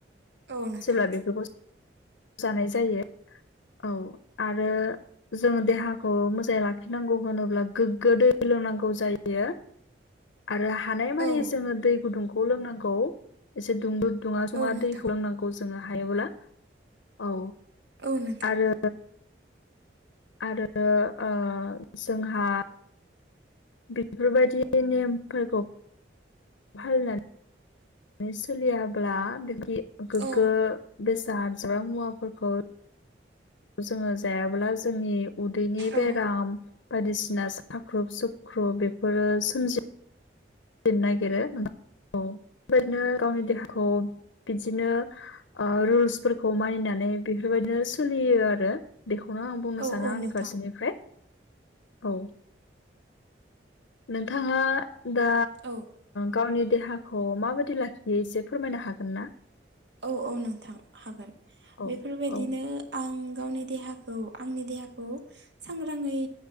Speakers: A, on the right (about 70°); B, on the left (about 80°).
A: औ नोंथां।
B: जेब्ला बेफोरखौ जानाय जायो औ आरो। जोङो देहाखौ मोजाङै लाखिनांगौ होनोब्ला गोग्गो दै लोंनांगौ जायो।
A: <inaudible>
B: आरो हानायमानि
A: औ
B: जोङो दै गुदुंखौ लोंनांगौ एसे दुंबुद। दुङा- सुङा
A: औ नोंथां
B: दैखौ लोंनांगौ जोङो हायोब्ला औ
A: औ नोंथां
B: आरो। आरो ओ जोंहा। बेफोरबायदि नेमफोरखौ। भालनान सोलियाब्ला बिदि गोग्गो
A: औ
B: बेसाद जाग्रा मुवाफोरखौ। जोङो जायाबोला जोंनि उदैनि बेराम
A: औ
B: बायदिसिना सा थाख्रुब सुख्रुब बेफोरो सोमजि। जनो नागिरो औ बेबायदिनो गावनि देहाखौ बिदिनो। ओ रुल्सफोरखौ मानिनानै बेफोरबायदिनो सोलियो आरो। बेखौनो आं बुंनो
A: औ
B: सानो
A: औ
B: आंनि
A: नोंथां
B: फारसेनिफ्राय औ। नोंथाङा दा
A: औ
B: गावनि ओ देहाखौ खौ माबायदि लाखियो एसे फोरमायनो हागोन ना?
A: औ औ नोंथां हागोन
B: औ
A: बेफोरबायदिनो
B: औ
A: आं गावनि। देहाखौ आंनि देहाखौ। सांग्राङै